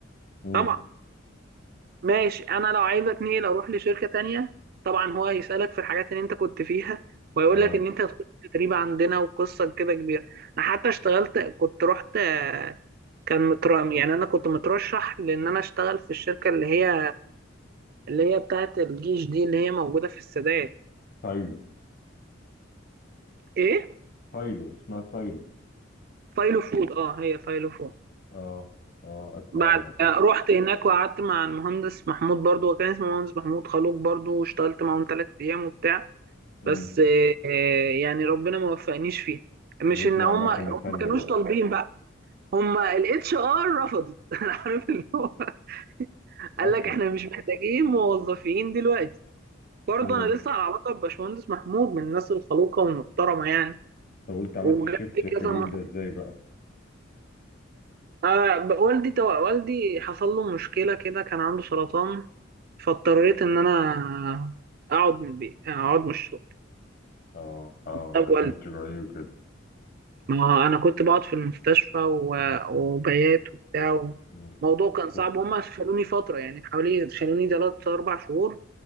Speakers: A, on the left (about 50°); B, on the right (about 50°).
A: امم
B: طبعا ماشي انا لو عايز اتنقل اروح لشركه تانية طبعا هو هيسالك في الحاجات اللي انت كنت فيها ويقول
A: اه
B: لك ان انت هتخش تدريب عندنا وقصه كده كبيره انا حتى اشتغلت كنت رحت آه، كان مترام يعني انا كنت مترشح لان انا اشتغل في الشركه اللي هي اللي هي بتاعه الجيش دي اللي هي موجوده في السادات
A: سايلو
B: ايه
A: سايلو اسمها سايلو
B: فايلو فود اه هي فايلو فود
A: اه اه اسمع
B: بعد
A: عنها طب
B: آه، رحت هناك وقعدت مع المهندس محمود برضو وكان اسمه مهندس محمود خلوق برضو واشتغلت معاهم ثلاث ايام وبتاع
A: امم
B: بس آه، يعني ربنا ما وفقنيش فيه مش
A: لقيت
B: ان
A: نوع
B: هم
A: مكنة
B: هم
A: تانية
B: ما كانوش
A: بقى
B: طالبين بقى هم الاتش ار رفضت <laughs> انا عارف اللي هو <laughs> قال
A: اصلا
B: لك احنا مش محتاجين موظفين دلوقتي برضه
A: امم
B: انا لسه على علاقه بباشمهندس محمود من الناس الخلوقه والمحترمه يعني
A: طب وانت عملت
B: وجاب
A: الشيفت
B: لي
A: كارير
B: كذا مره
A: ده ازاي بقى
B: آه ب- والدي تو... والدي حصل له مشكله كده كان عنده سرطان فاضطريت
A: مم.
B: ان انا اقعد من البيت اقعد من الشغل
A: اه اه
B: طب
A: عشان تراعيه كده
B: ما هو انا كنت بقعد في المستشفى و- وبيات وبتاع
A: مم.
B: الموضوع كان صعب
A: طب
B: هما شالوني فتره يعني حوالي شالوني ثلاث اربع شهور